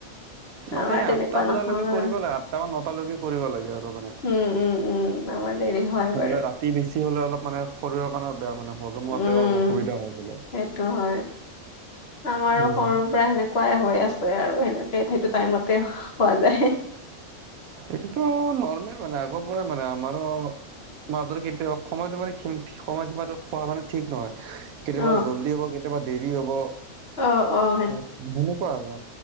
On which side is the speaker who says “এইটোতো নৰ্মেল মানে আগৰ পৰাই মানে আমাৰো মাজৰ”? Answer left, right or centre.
Right